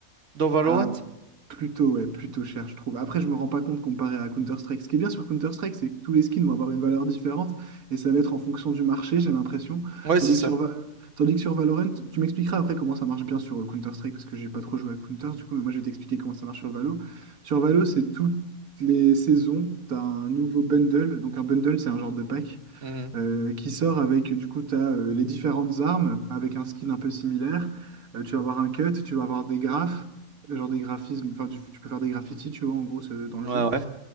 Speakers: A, on the right (about 60°); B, on the right (about 85°).
A: dans Valorant?
B: Ah, plutôt, ouais, plutôt cher, je trouve. Après, je me rends pas compte comparé à Counter-Strike. Ce qui est bien sur Counter-Strike, c'est que tous les skins vont avoir une valeur différente et ça va être en fonction du marché, j'ai l'impression.
A: Ouais,
B: Tandis
A: c'est ça.
B: que sur, Va- Tandis que sur Valorant, tu m'expliqueras après comment ça marche bien sur euh, Counter-Strike parce que j'ai pas trop joué à Counter, du coup, mais moi je vais t'expliquer comment ça marche sur Valo. Sur Valo, c'est toutes les saisons, tu as un nouveau bundle. Donc, un bundle, c'est un genre de pack
A: Mhm.
B: euh, qui sort avec, du coup, tu as les différentes armes avec un skin un peu similaire. Euh, tu vas avoir un cut, tu vas avoir des graphes, genre des graphismes, enfin, tu, tu peux faire des graffitis, tu vois, en gros, ce- dans le
A: Ouais,
B: jeu.
A: ouais.